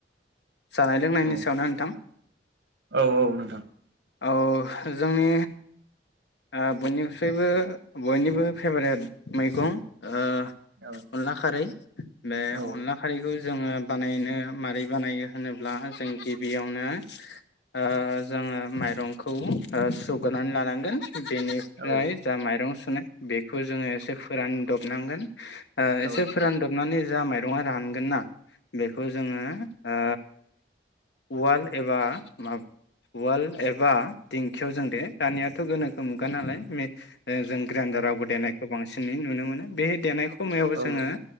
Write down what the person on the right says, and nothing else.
औ
औ औ नोंथां
औ
औ
औ
औ
औ